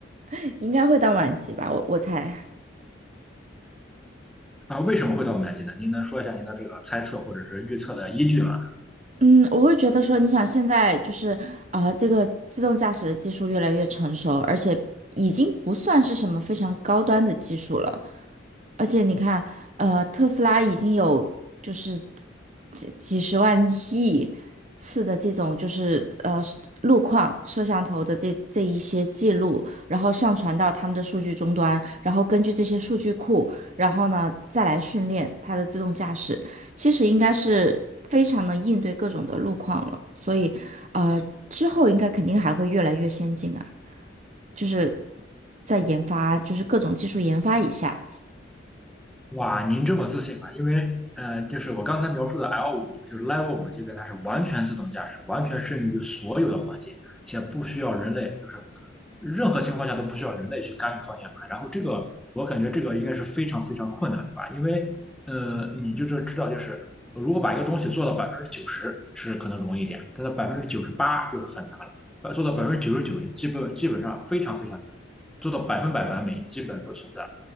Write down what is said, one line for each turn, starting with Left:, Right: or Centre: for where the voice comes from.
Right: <laughs> 应该会到满级吧，我我猜。
Centre: 啊，为什么会到五年级呢？您能说一下您的这个猜测或者是预测的依据吗？
Right: 嗯，我会觉得说，你想现在就是啊、呃这个自动驾驶的技术越来越成熟，而且已经不算是什么非常高端的技术了。而且你看，呃，特斯拉已经有就是几几十万亿次的这种就是呃路况摄像头的这这一些记录，然后上传到他们的数据终端，然后根据这些数据库，然后呢再来训练它的自动驾驶。其实应该是非常能应对各种的路况了，所以，呃，之后应该肯定还会越来越先进啊，就是在研发，就是各种技术研发一下，
Centre: 哇，您这么自信啊？因为呃，就是我刚才描述的 l 五，就是 Level 5级别，它是完全自动驾驶，完全适应于所有的环境，且不需要人类，就是任何情况下都不需要人类去干预方向盘。然后这个，我感觉这个应该是非常非常困难的吧？因为呃，你就是知道，就是如果把一个东西做到百分之九十是可能容易一点，但是百分之九十八就是很难了，呃做到百分之九十九，基本基本上非常非常难。做到百分百完美基本不存在，